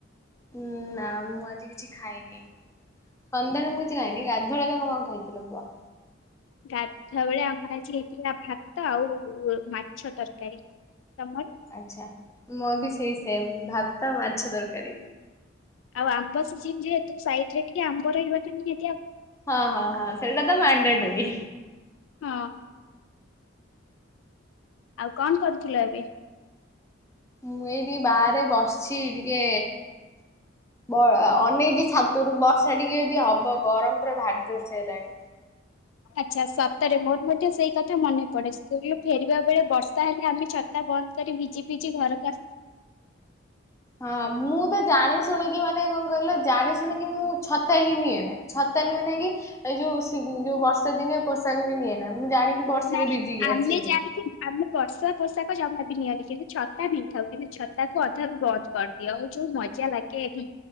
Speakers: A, on the left; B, on the left.
A: ଉଁ ନା ମୁଁ ଆଜି କିଛି ଖାଇନି। ସନ୍ଧ୍ୟାବେଳେ ମୁଁ କିଛି ଖାଇନି ଗାଧୁଆଳେ ତମେ କଣ ଖାଇଥିଲ କୁଅ?
B: ଗାଧୁଆବେଳେ ଆମର ଆଜି ହେଇଥିଲା ଭାତ ଆଉ ମାଛ ତରକାରୀ। ତମର?
A: ଆଚ୍ଛା ମୋର ବି ସେଇ ସେମ୍ ଭାତ ମାଛ ତରକାରୀ।
B: ଆଉ ଆମ୍ବ ସିଜନ ଯେହେତୁ ସାଇଟ୍ ରେ ଟିକେ ଆମ୍ବ ରହିବାଟା ନିହା
A: ହଁ ହଁ ହଁ ସେଇଟା ତ ମାଣ୍ଡଟୋରିି।
B: ହଁ। ଆଉ କଣ କରୁଥିଲ ଏବେ?
A: ମୁଁ ଏଇଟି ବାହାରେ ବସିଛି ଟିକେ ବ ଅନେଇଚି ଛାତରୁ ବର୍ଷା ଟିକେ ଯଦି ହବ ଗରମ ପୁରା ଭାରି ଜୋରସ ହେଲାଣି।
B: ଆଚ୍ଛା ସତରେ ମୋର ମଧ୍ୟ ସେଇ କଥା ମନେ ପଡେ ସ୍କୁଲ ରୁ ଫେରିବା ବେଳେ ବର୍ଷା ହେଲେ ଆମେ ଛତା ବନ୍ଦ କରି ଭିଜି ଭିଜି ଘରକୁ ଆ
A: ହଁ ମୁଁ ତ ଜାଣି ଶୁଣିକି ମାନେ କଣ କଇଲ ଜାଣି ଶୁଣିକି ମୁଁ ଛତା ହିଁ ନିଏ ନା ଛତା ନୁଏ ନା କି ଏଇ ଯୋଉ ସି ଯୋଉ ବର୍ଷା ଦିନିଆ ପୋଷାକ ବି ନିଏ ନା। ମୁଁ ଜାଣିକି ବର୍ଷାରେ
B: ନାଇଁ
A: ଭିଜିକି
B: ଆମେ
A: ଆସିିମି
B: ଜାଣିକି
A: ବୋଲି।
B: ଆମେ ବର୍ଷା ପୋଷାକ ଜମା ବି ନିଅନି କିନ୍ତୁ ଛତା ନଇଥାଉ କିନ୍ତୁ ଛତାକୁ ଅଧାରୁ ବନ୍ଦ କରିଦିଅ ଆଉ ଯୋଉ ମ ଜା ଲାଗ ହିଁ।